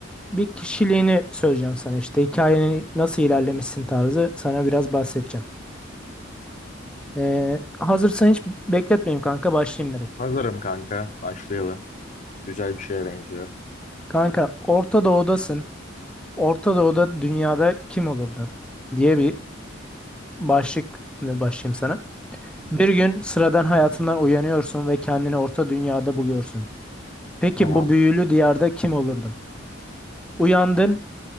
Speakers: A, in the centre; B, on the left (about 40°).
A: bir kişiliğini söyleyeceğim sana işte. Hikayenin nasıl ilerlemişsin tarzı sana biraz bahsedeceğim. Ee, hazırsan hiç bekletmeyeyim kanka başlayayım direkt.
B: Hazırım kanka. Başlayalım. Güzel bir şeye benziyor.
A: Kanka Orta Doğu'dasın. Orta Doğu'da dünyada kim olurdun diye bir başlık başlayayım sana. Bir gün sıradan hayatından uyanıyorsun ve kendini Orta Dünya'da buluyorsun. Peki
B: Tamam.
A: bu büyülü diyarda kim olurdun? Uyandın